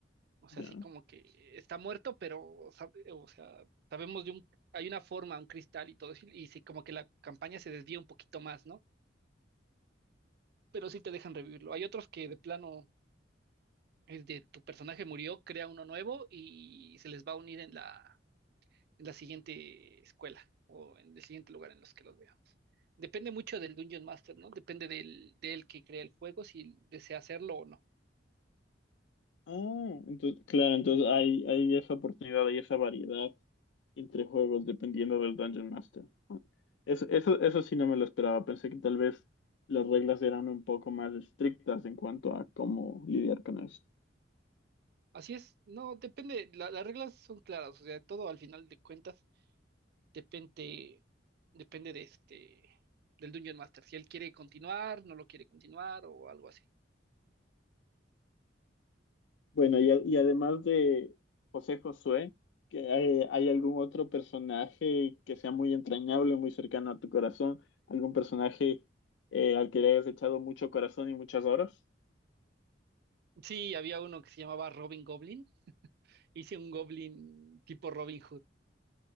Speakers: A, on the right; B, on the left.
A: O sea,
B: Ya.
A: así como que está muerto, pero, sab- o sea, sabemos de un, hay una forma, un cristal y todo eso, y sí, como que la campaña se desvía un poquito más, ¿no? Pero sí te dejan revivirlo. Hay otros que de plano es de tu personaje murió, crea uno nuevo y se les va a unir en la, en la siguiente escuela o en el siguiente lugar en los que los veamos. Depende mucho del Dungeon Master, ¿no? Depende del, del que crea el juego, si desea hacerlo o no.
B: Ah, entonces, claro, entonces hay, hay esa oportunidad, hay esa variedad entre juegos dependiendo del Dungeon Master. Ah, Eso, eso, eso sí no me lo esperaba. Pensé que tal vez las reglas eran un poco más estrictas en cuanto a cómo lidiar con eso.
A: Así es, no, depende, la- las reglas son claras, o sea, todo al final de cuentas depende, depende de este, del Dungeon Master, si él quiere continuar, no lo quiere continuar o algo así.
B: Bueno, y, a- y además de José Josué, que hay, hay algún otro personaje que sea muy entrañable, muy cercano a tu corazón? ¿Algún personaje eh, al que le hayas echado mucho corazón y muchas horas?
A: Sí, había uno que se llamaba Robin Goblin, hice un Goblin tipo Robin Hood.